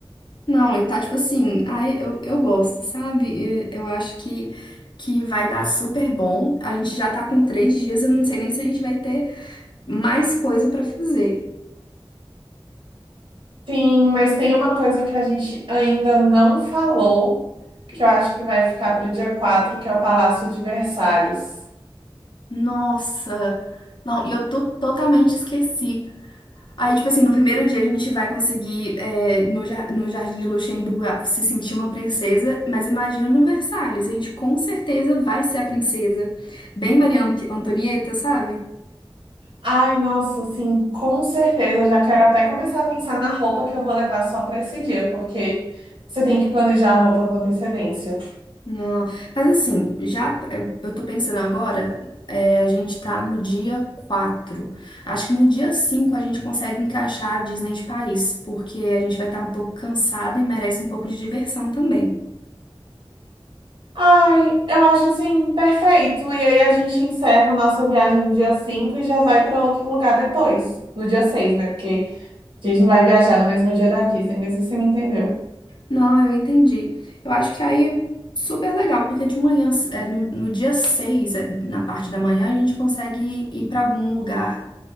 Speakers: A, on the left (about 55°); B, on the right (about 65°).
A: Não, e tá tipo assim, ai, eu, eu gosto, sabe? Eu, eu acho que, que vai dar super bom. A gente já tá com três dias, eu não sei nem se a gente vai ter mais coisa pra fazer.
B: Sim, mas tem uma coisa que a gente ainda não falou, que eu acho que vai ficar pro dia 4, que é o Palácio de Versalhes.
A: Nossa! Não, e eu tô totalmente esqueci. Aí, tipo assim, no primeiro dia a gente vai conseguir, é, no, jar- no Jardim de Luxemburgo, a- se sentir uma princesa, mas imagina no Versalhes, a gente com certeza vai ser a princesa. Bem Maria Ant- Antonieta, sabe?
B: Ai, nossa, sim, com certeza. Já quero até começar a pensar na roupa que eu vou levar só para esse dia, porque você tem que planejar a roupa com antecedência.
A: Não, mas assim, já eh, eu tô pensando agora, eh, a gente tá no dia 4. Acho que no dia 5 a gente consegue encaixar a Disney de Paris, porque a gente vai estar um pouco cansado e merece um pouco de diversão também.
B: Ai, eu acho assim, perfeito. E aí a gente encerra nossa viagem no dia 5 e já vai para outro lugar depois, no dia seis né? Porque a gente não vai viajar no mesmo dia da Disney, mesmo assim, você me entendeu.
A: Não, eu entendi. Eu acho que aí é super legal, porque de manhã, é, no, no dia 6, é, na parte da manhã, a gente consegue ir para algum lugar